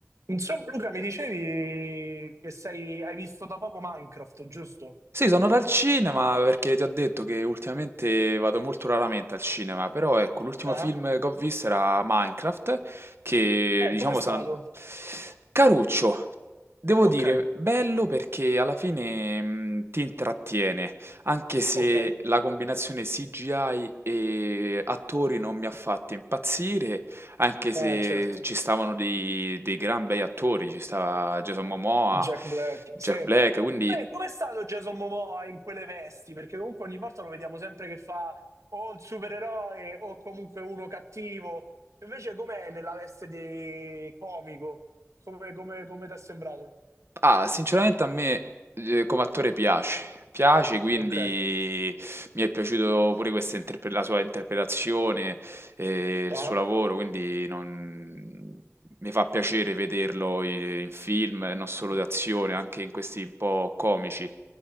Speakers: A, on the right; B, on the right.
A: Insomma, Luca, mi dicevi che sei- hai visto da poco Minecraft, giusto?
B: Sì, sono dal cinema perché ti ho detto che ultimamente vado molto raramente al cinema, però ecco, l'ultimo
A: Ah,
B: film che ho visto era Minecraft, che
A: Eh,
B: diciamo
A: com'è stato?
B: sono... Caruccio, devo
A: Ok,
B: dire, bello perché alla fine mh, ti intrattiene, anche se
A: ok.
B: la combinazione CGI e attori non mi ha fatto impazzire, anche se
A: Eh, certo.
B: ci stavano dei, dei gran bei attori, ci stava Jason Momoa,
A: Jack Black,
B: Jack
A: sì.
B: Black, quindi...
A: Beh, com'è stato Jason Momoa in quelle vesti? Perché comunque ogni volta lo vediamo sempre che fa o il supereroe o comunque uno cattivo. Invece com'è nella veste di comico? Come, come, come ti è sembrato?
B: Ah, sinceramente a me eh, come attore piace, piace, quindi
A: Ok,
B: mi è piaciuto pure questa interpre- la sua interpretazione e il
A: ah,
B: suo lavoro, quindi non- mi fa piacere vederlo i- in film, eh, non solo d'azione, anche in questi un po' comici.